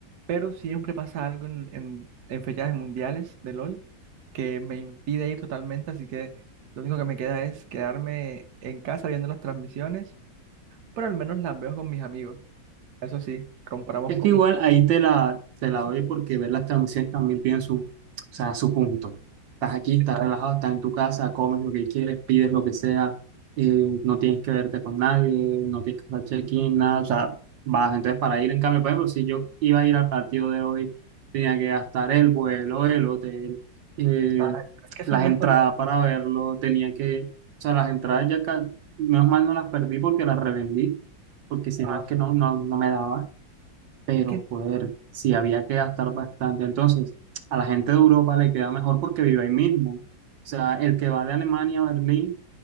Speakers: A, on the right; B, on the right.
A: pero siempre pasa algo en, en, en fechas mundiales de LOL que me impide ir totalmente, así que lo único que me queda es quedarme en casa viendo las transmisiones, pero al menos las veo con mis amigos. Eso sí, compramos
B: Es
A: comida.
B: que igual ahí te la, te la
A: Eso,
B: doy porque ver las transmisiones también tienen su, o sea, su punto. Estás aquí, estás
A: exacto,
B: relajado, estás en tu casa, comes lo que quieres, pides lo que sea, eh, no tienes que verte con nadie, no tienes que hacer check-in, nada, o sea, vas entonces para ir en cambio. Por ejemplo, si yo iba a ir al partido de hoy, tenía que gastar el vuelo, el hotel, eh,
A: exacto. Es que
B: las
A: son gastos
B: entradas
A: grandes.
B: para verlo, tenía que, o sea, las entradas ya, ca- menos mal no las perdí porque las revendí, porque si
A: Ah,
B: no es que
A: sí.
B: no, no, no me daba. Pero,
A: Es que...
B: joder, sí había que gastar bastante. Entonces, a la gente de Europa le queda mejor porque vive ahí mismo. O sea, el que va de Alemania a Berlín,